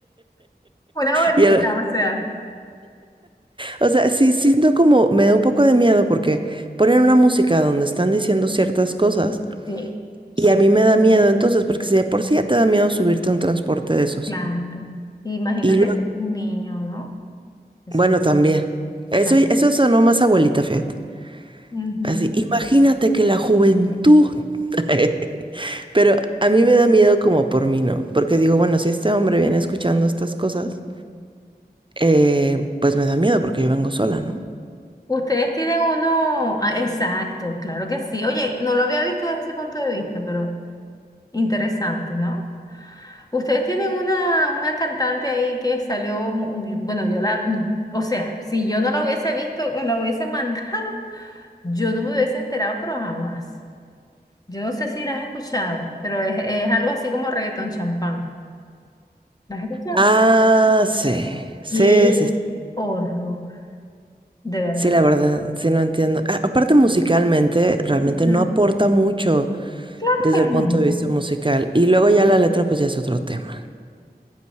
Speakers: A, on the left (about 20°); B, on the right (about 30°).
A: <laughs> una abuelita,
B: Y el-
A: o sea.
B: O sea, sí siento como, me da un poco de miedo porque ponen una música donde están diciendo ciertas cosas
A: Sí, sí,
B: y a mí me da miedo entonces, porque si de por sí ya te da miedo subirte a un transporte de esos.
A: claro. Imagínate
B: Y luego,
A: que es un niño, ¿no? Que se
B: bueno, también.
A: escuchando.
B: Eso, eso sonó más abuelita, fíjate.
A: Ujú.
B: Así, imagínate que la juventud. <laughs> Pero a mí me da miedo como por mí, ¿no? Porque digo, bueno, si este hombre viene escuchando estas cosas, eh, pues me da miedo porque yo vengo sola, ¿no?
A: Ustedes tienen uno, ah, exacto, claro que sí. Oye, no lo había visto desde ese punto de vista, pero interesante, ¿no? Ustedes tienen una, una cantante ahí que salió, mu- bueno, yo la, o sea, si yo no la hubiese visto, la hubiese <laughs> mandado, Yo no me hubiese enterado, pero jamás. Yo no sé si la has escuchado, pero es, es algo así como reggaetón champán. ¿La has escuchado?
B: Ah, sí, sí,
A: ¡Qué
B: sí,
A: horror! De verdad.
B: Sí, la verdad, sí no entiendo. A- aparte musicalmente, realmente
A: Ujú.
B: no aporta mucho
A: Claro
B: desde el
A: que
B: punto
A: no.
B: de vista musical. Y luego ya la letra, pues ya es otro tema.